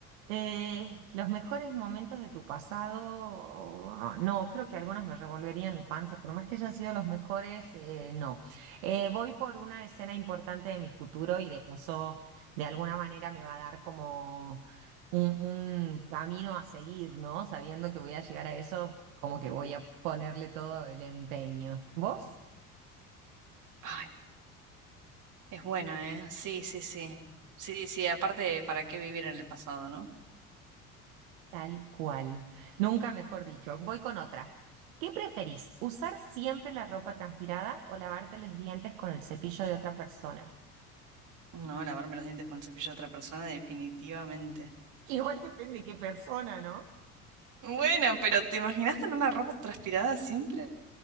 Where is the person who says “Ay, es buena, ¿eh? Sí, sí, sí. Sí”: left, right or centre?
Right